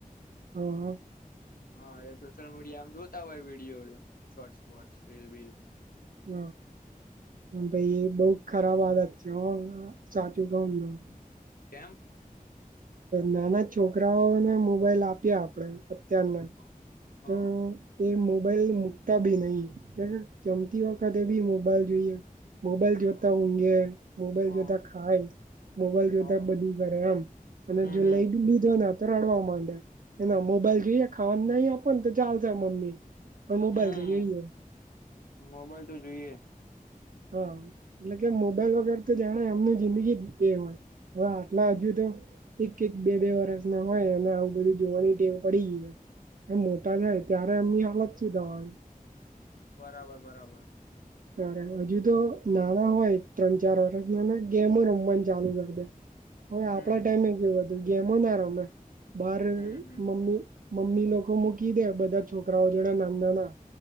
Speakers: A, on the right; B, on the left.
A: હા હા
B: હા એ સોશિયલ મીડિયામ જોતા હોય વિડીયો શોર્ટ્સ-બોટ્સ રીલ-બીલ
A: હ ભાઈ એ બહુ ખત <unintelligible> સાચું કહુંને તો
B: કેમ
A: નાના છોકરાઓને મોબાઈલ આપ્યા આપણેે અત્યારના
B: હ
A: તો એ મોબાઈલ મુકતા બી નહીં ક્યારેક જમતી વખતે બી મોબ બાઈલ જોઈએ મોબાઈલ જોતા
B: હ
A: ઊંઘે મોબાઈલ
B: હ
A: જોતા ખાય મોબાઈલ
B: હ હ
A: જોતા બધું ઘરે એમ અને
B: હમ
A: જો
B: હમ
A: અઈડુ ને તો <unintelligible> તો રડવા માંડે એના મોબાઈલ જોઈએ ખાવા નહી આપોને તો ચાલશે મમ્મી પણ મોબાઈલ
B: હમ
A: જોઈએને
B: મોબાઈલ તો જોઈએ
A: હા એટલે કે મોબાઈલ વગેર તો જાણે એમનું જિંદગી જ એ હોય. હા આટલા હજુ તો એક-એક, બે-બે વરષના હોય અને આવું બધું જોવાની ટેવ પડી ગયય અને મોટા થાય ત્યારે એમની હાલત શું થવાની
B: બરાબર બરાબર
A: અરે હજુ તો નાના હોય ત્રણ ચાર વરષ ના ગેમો રમવાનું ચાલુ કરી દે હવે
B: હમ
A: આપડા
B: હમ
A: ટાઈમે કેવું હતું ગેમોના રમે બાર
B: હમ હમ
A: મમ્મી મમ્મી લોકો મૂકી દે બધા છોકરાઓ જોડે નાંદ ના